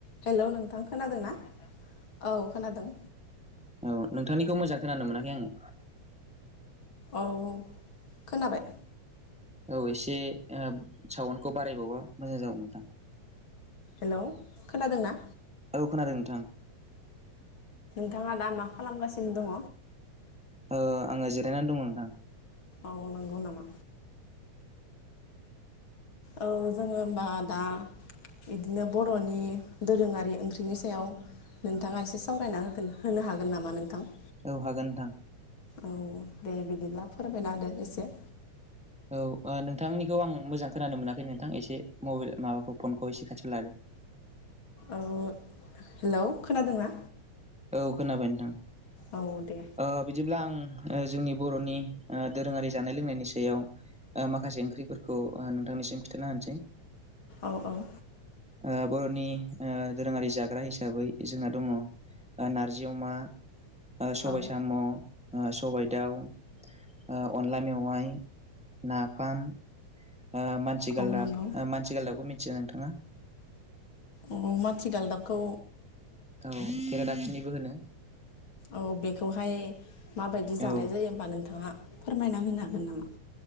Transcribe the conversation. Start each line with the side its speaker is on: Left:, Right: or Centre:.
Left: हेल' नोंथां खोनादोंना औ खोनादों
Centre: औ नोंथांनिखौ मोजां खोनानो मोनाखै आङो
Left: औ खोनाबाय
Centre: औ एसे साउन्डखौ बारायबावबा मोजां जागौमोन नोंथां
Left: हेलौ खोनादों ना
Centre: औ खोनादों नोंथां
Left: नोंथाङा दा मा खालामगासिनो दङ
Centre: ओ आङो जिरायनानै दङ नोंथां
Left: औ नंगौ नामा औ जोङो होमबा दा बिदिनो बर'नि दोरोङारि ओंख्रिनि सायाव नोंथाङा एसे सावरायना होगोन होनो हागोन नामा नोंथां?
Centre: औ हागोन नोंथां
Left: औ दे बिदिब्ला फोरमायनादो इसे‌।
Centre: औ ओ नोंथांनिखौ आं मोजां खोनानो मोनाखै नोंथां एसे मबेल माबाखौ फनखौ एसे खाथियाव लादो।
Left: औ हेलौ खोनादोंना?
Centre: औ खोनाबाय नोंथां
Left: औ दे
Centre: ओ बिदिब्ला आं ओ जोंनि बर'नि ओ दोरोङारि जानाय लोंनायनि सायाव ओ माखासे ओंख्रिफोरखौ ओ नोंथांनिसिम खिथाना होनोसै
Left: औ औ।
Centre: ओ बर'नि ओ दोरोङारि जाग्रा हिसाबै जोंना दङ ओ नारजि अमा ओ सबाय
Left: औ
Centre: साम'। सबाय दाउ ओ अनला मेवाइ, नाफाम। ओ मानसि गालदाब
Left: औ नंगौ
Centre: ओ मानसि गालदाबखौ मिथिया नोंथाङा?
Left: औ माथि गालदाबखौ।
Centre: औ केरेडााखिनिबो होनो।
Left: औ बेखौहाय माबायदि जानाय
Centre: औ
Left: जायो बा नोंथाङा? फोरमायना होनो हागोन नामा?